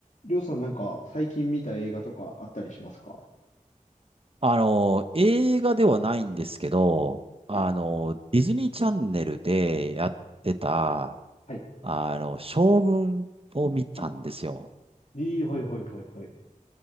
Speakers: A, on the left; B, on the right.
A: りょうさんなんか最近見た映画とかあったりしますか
B: あの、映画ではないんですけど、あの、
A: はい、
B: ディズニーチャンネルでやってた、
A: はい、
B: あの、将軍を見たんですよ。
A: あ、いい、はい、はい、はい、はい。